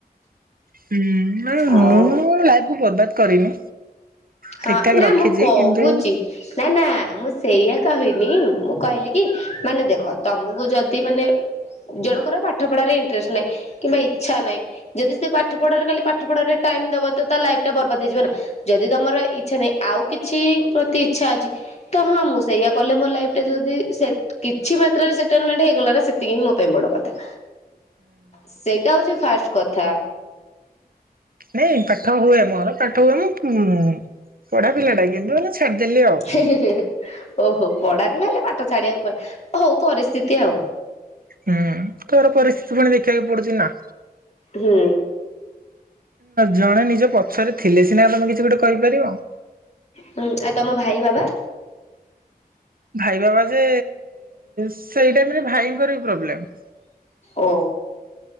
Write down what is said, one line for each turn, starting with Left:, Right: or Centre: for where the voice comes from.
Right: ହୁଁ ନାଇ ମୁଁ
Left: ଆଉ
Right: ମୋ ଲାଇଫ ବର୍ବାଦ କରିନି।
Left: ହଁ
Right: ଠିକ ଠାକ
Left: ନା
Right: ରଖ ରଖିଛି
Left: ମୁଁ କହୁଚି
Right: କିନ୍ତୁ ଉଁ
Left: ନା ନା ମୁଁ ସେଇଆ କହିନି ମୁଁ କହିଲି କି ମାନେ ଦେଖ ତମକୁ ଯଦି ମାନେ ଜଣଙ୍କର ପାଠ ପଢାରେ ଇଣ୍ଟରେଷ୍ଟ ନାହିଁ। କିମ୍ବା ଇଚ୍ଛା ନାହିଁ ଯଦି ସେ ପାଠ ପଢାରେ ଖାଲି ପାଠ ପଢାରେ ଟାଇମ ଦବ ତ ତା ଲାଇଫ ଟା ବର୍ବାଦ ହେଇଯିବ ନା। ଯଦି ତମର ଇଚ୍ଛା ନାହିଁ ଆଉ କିଛି ପ୍ରତି ଇଚ୍ଛା ଅଛି ତ ହଁ ମୁଁ ସେଇଆ କଲେ ମୋ ଲାଇଫ ଟା ଯଦି ସେ କିଛି ମାତ୍ରାରେ ସେଟଲମେଣ୍ଟ ହେଇଗଲା ନା ସେତିକି ହିଁ ମୋ ପାଇଁ ବଡ କଥା। ସେଇଟା ହଉଛି ଫାଷ୍ଟ କଥା।
Right: ନାଇଁ ପାଠ ହୁଏ ମୋର ପାଠ ହୁଏ ମୁଁ ପଢା ପିଲାଟା କିନ୍ତୁ ହେଲେ ଛାଡ଼ିଦେଲି ଆଉ।
Left: ହେ ହେ ହେ ଓହୋ ପଢା ପିଲା ହେଲେ ପାଠ ଛାଡିବାକୁ ପଇଲା ହଉ ପରିସ୍ଥିତି ଆଉ।
Right: ହୁଁ ତ ଇଡେ ପରିସ୍ଥିତି ପୁଣି ଦେଖିବାକୁ ପଡୁଛି ନା।
Left: ହୁଁ।
Right: ଜଣେ ନିଜ ପଛରେ ଥିଲେ ସିନା ତମେ କିଛି ଗୋଟେ କହିପାରିବ।
Left: ହଁ ଆଉ ତମ ଭାଇ ବାବା।
Right: ଭାଇ ବାବା ଯେ ସେଇ ଟାଇମରେ ଭାଇଙ୍କର ବି ପ୍ରୋବ୍ଲେମ
Left: ଓ